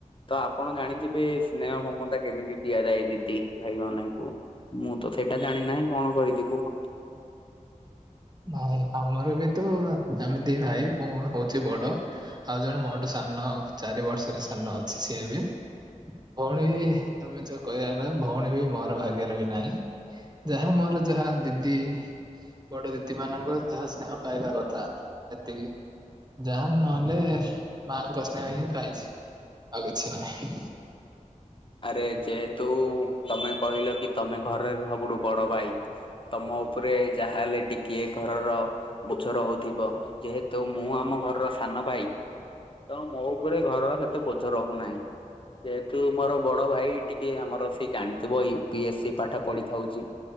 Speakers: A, on the left; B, on the right.
A: ତ ଆପଣ ଜାଣିଥିବେ ସ୍ନେହ ମମତା କେମିତି ଦିଆଯାଇ ଦିଦି ଭାଇ ମାନେଙ୍କୁ। ମୁଁ ତ ସେଇଟା ଜାଣି ନାହିଁ କଣ କରିବି କୁହ।
B: ନାଇଁ ଆମର ବି ତ ଆମେ ଦି ଭାଇ <unintelligible> ହୋଉଛି ବଡ। ଆଉ ଜଣେ ମୋଠୁ ସାନ ଚାରି ବର୍ଷରେ ସାନ ଅଛି ସିଏ ବି। ଭୋଉଣୀ ବି ତମେ ଚ କହିବା ନା ଭୋଉଣୀ ବି ମୋରୋ ଭାଗ୍ୟରେ ବି ନାଇଁ। ଯାହା ମୋରୋ ଯାହା ଦିଦି ବଡ ଦି ଦି ମାନଙ୍କୁ ଯାହା ସ୍ନେହ ପାଇବା କଥା ଏତିକି। ଯାହାନ୍ ନହେଲେ ମାଙ୍କ ସ୍ନେହ ହିଁ ପାଇଛି ଆଉ କିଛି ନାହିଁ।
A: ଆରେ ଯେହେତୁ ତମେ କହିଲ କି ତମେ ଘରେରେ ସବୁଠୁ ବଡ ଭାଇ। ତମ ଓପୋରେ ଯାହା ହେଲେ ଟିକିଏ ଘରର ବୋଝୋ ରହୁଥିବ ଯେହେତୁ ମୁଁ ଆମ ଘରର ସାନ ଭାଇ। ତେଣୁ ମୋ ଉପରେ ଘରର ସେତେ ବୋଝ ରହୁନାହିଁ ଯେହେତୁ ମୋରୋ ବଡ ଭାଇ ଟିକେ ଆମର ସିଏ ଜାଣିଥିବ ୟୁ ପି ଏସ୍ ସି ପାଠ ପଢିଥାଉଚି।